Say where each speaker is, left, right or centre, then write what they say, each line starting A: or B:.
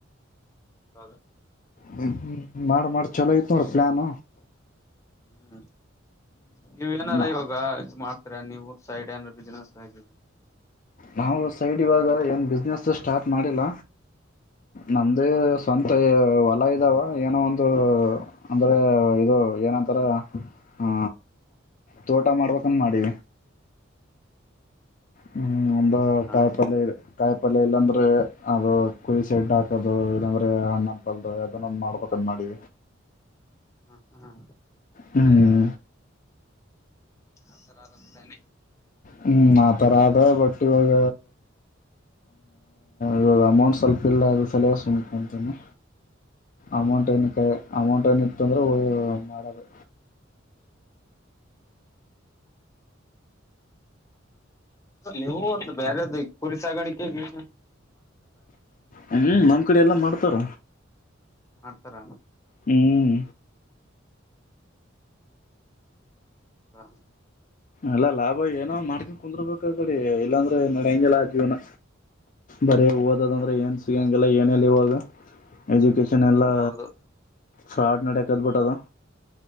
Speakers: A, on the left; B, on the left.
A: ಹೌದಾ
B: ್ಮ್ಮ ಮಾಡ ಮಾಡಿ ಚಲೋ ಇತ್ತು ನೋಡ ಪ್ಲಾಾನ
A: ಹ್ಮ್ ನೀವ ಏನಾರ
B: ನಾವು
A: ಇವಾಗ ಇದು ಮಾಡ್ತರಾ ನೀವು ಸೈಡ್ ಬಿಿನಸ್ ಆ
B: ನಾವು ಸೈಡ್ ಇವಾಗ ಏನ್ ಬಿಸ್ನೆಸ್ ಸ್ಟಾರ್ಟ್ ಮಾಡಿಲ್ಲ ನಮ್ದೇ ಸ್ವಂತ ಹೊಲ ಇದಾವ ಏನೋ ಒಂದು ಅಂದ್ರೆ ಇದು ಏನಂತಾರ ಹಾ ತೋಟ ಮಾಡ್ಬೇಕನ್ ಮಾಡಿ ಹ್ಮ್ ಒಂದು
A: ಹೌದಾ
B: ಕಾಯಿ ಪಲ್ಯ ಇ ಕಾಯಿ ಪಲ್ಯ ಇಲ್ಲಾಂದ್ರೆ ಅದು ಕುರಿ ಸೆಡ್ ಹಾಕದು ಇಲ್ಲಾಂದ್ರೆ ಹಣ್ಣ ಪಲ್ ಅದನ್ನೊಂದ್ ಮಾಡ್ಬೇಕ ಕ ಮಾಡೆ
A: ಹಾ ಹಾ
B: ಹ್ಮ್
A: ಹ ಸರ ಆರಾಮ್ ತನೆ
B: ಹ್ಮ್ ಆತರ ಆದ ಬಟ್ ಇವಾಗ ಇವಾಗ ಅಮೌಂಟ್ ಸ್ವಲ್ಪ ಇಲ್ಲ ಆಗ ಸಲೋಸ ಅತೀನಿ ಅಮೌಂಟ್ ಎಕ್ಕೆ ಅಮೌಂಟ್ ಏನಿತ್ತು ಅಂದರೆ ಮಾಡೋದು
A: ನೀವು ಒಂದು ಬೇರೆದ್ದ ಕುರಿ ಸಾಗಾಣಿಕೆಗ
B: ಹ್ಮ್ ನಮ್ ಕಡೆ ಎಲ್ಲ ಮಾಡ್ ಉತ್ತರ
A: ಮಾಡ್ತಾರ
B: ಹ್ಮ್
A: ಹಾ
B: ಎಲ್ಲಾ ಲಾಭ ಏನೋ ಮಾಡ್ಕೊಂಡ ಕುಂದರ್ಬೇಕ ಕಡೆ ಇಲ್ಲಾಂದ್ರೆ ನಡ ಹೆಂಗಗೆಿಲ್ಲ ಜೀವನ ಬರೇ
A: ಹ್ಮ್
B: ಓದ ಅ್ರ ಏನ್ ಸಿಗಂಗ ಎಲ್ಲ ಏನೇಲ್ಲಿ ಇವಾಗ ಎಜುಕೇಶನ್ ಎಲ್ಲಾ
A: ಹೌದೌದು
B: ಫ್ರಾಡ್ ನಡಕದ್ಬಿಟ್ಟ ಅದು